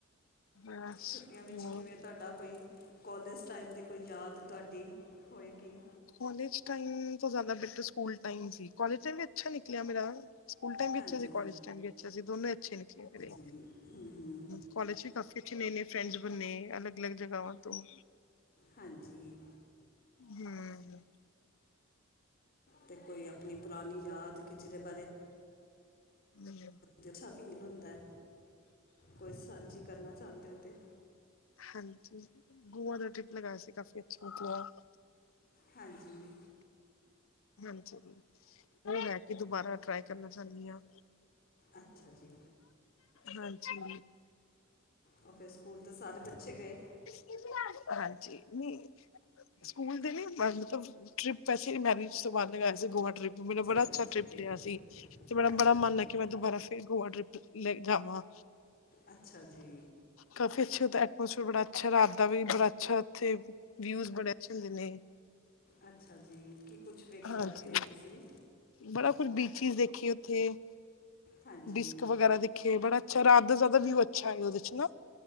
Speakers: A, on the left; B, on the left.
A: ਬਸ
B: ਛੁੱਟੀਆਂ ਵਿੱਚ
A: ਹੋਰ
B: ਕਿਵੇਂ ਤੁਹਾਡਾ ਕੋਈ? ਕੋਲੇਜ਼ ਟਾਈਮ ਦੀ ਕੋਈ ਯਾਦ, ਤੁਹਾਡੀ ਹੋਏਗੀ
A: ਕੋਲੇਜ ਟਾਈਮ ਤੋਂ ਜ਼ਿਆਦਾ ਬੈਟਰ, ਸਕੂਲ ਟਾਈਮ ਸੀ, ਕੋਲੇਜ ਟਾਈਮ ਅੱਛਾ ਨਿਕਲਆ ਮੇਰਾ, ਸਕੂਲ ਟਾਈਮ ਵੀ
B: ਹਾਂਜੀ
A: ਅੱਛਾ ਸੀ, ਕੋਲੇਜ ਟਾਈਮ ਵੀ ਅੱਛਾ ਸੀ ਦੋਨੋਂ ਹੀ ਅੱਛੇ ਨਿਕਲੇ ਮੇਰੇ।
B: ਹਮ ਹਮ ਹਮ
A: ਕੋਲੇਜ ਚ ਵੀ ਕਾਫੀ ਅੱਛੇ ਨਏ ਨਏ ਫਰੈਂਡਸ ਬਣੇ ਅਲੱਗ ਅਲੱਗ ਜਗਾਵਾਂ ਤੋਂ
B: ਹਾਂਜੀ
A: ਹਮ
B: ਤੇ ਕੋਈ ਆਪਣੀ ਪੁਰਾਣੀ ਯਾਦ ਕਿ ਜਿਹਦੇ ਬਾਰੇ
A: ਨਈ ਹੈ
B: ਤੇ ਅੱਛਾ ਫੀਲ ਹੋਦੈ ਕੋਈ ਸਾਂਝੀ ਕਰਨਾ ਚਾਹੁੰਦੇ ਹੋ ਤੇ
A: ਹਾਂਜੀ ਗੋਆ ਦਾ ਟ੍ਰਿਪ ਲਗਾਇਆ ਸੀ ਕਾਫੀ ਅੱਛਾ ਗਿਆ
B: ਹਾਂਜੀ
A: ਹਾਂਜੀ ਉਹ ਹੈ ਕਿ ਦੁਬਾਰਾ ਟਰਾਈ ਕਰਨਾ ਚਾਂਦੀ ਹਾਂ।
B: ਅੱਛਾ ਜੀ
A: ਹਾਂਜੀ
B: ਉਹ ਫੇਰ ਸਕੂਲ ਦੇ ਸਾਰੇ ਬੱਚੇ ਗਏ
A: <inaudible> ਹਾਂਜੀ ਨੀ ਸਕੂਲ ਦੇ ਨੀ ਮ ਮਤਲਬ ਟ੍ਰਿਪ ਵੈਸੇ ਮੈਰਿਜ ਤੋਂ ਬਾਅਦ ਲਗਾਇਆ ਸੀ ਗੋਆ ਟ੍ਰਿਪ ਤੇ ਮੇਰਾ ਬੜਾ
B: ਜੀ
A: ਅੱਛਾ
B: ਠੀਕ
A: ਟ੍ਰਿਪ
B: ਹੈ
A: ਲਿਆ
B: ਜੀ
A: ਸੀ ਤੇ ਮੇਰਾ
B: ਅੱਛਾ
A: ਬੜਾ ਮੰਨ
B: ਜੀ
A: ਹੈ ਕਿ ਮੈ ਦੁਬਾਰਾ ਫਿਰ ਗੋਆ ਟ੍ਰਿਪ ਲੈਣ ਜਾਵਾਂ
B: ਅੱਛਾ ਜੀ
A: ਕਫੀ ਅੱਛਾ ਦਾ ਐਕ ਮੌਸਮ ਬੜਾ ਅੱਛਾ ਰਾਤ ਦਾ ਵੀ ਬੜਾ ਅੱਛਾ ਉੱਥੇ ਵਿਊਜ਼ ਬੜੇ ਅੱਛੇ ਹੁੰਦੇ ਨੇ
B: ਅੱਛਾ ਜੀ ਕੀ ਕੁੱਛ ਵੇਖਿਆ
A: ਹਾਂਜੀ
B: ਉੱਥੇ ਤੁਸੀਂ
A: ਬੜਾ ਕੁੱਛ ਬੀਚਿਸ ਦੇਖੇ ਉੱਥੇ
B: ਹਾਂਜੀ
A: ਡਿਸਕ ਵਗੈਰਾ ਦੇਖੀ ਕੇ ਬੜਾ ਅੱਛਾ ਰਾਤ ਦਾ ਜਿਆਦਾ ਵਿਊ ਅੱਛਾ ਐ ਓਦੇ ਚ ਨਾ।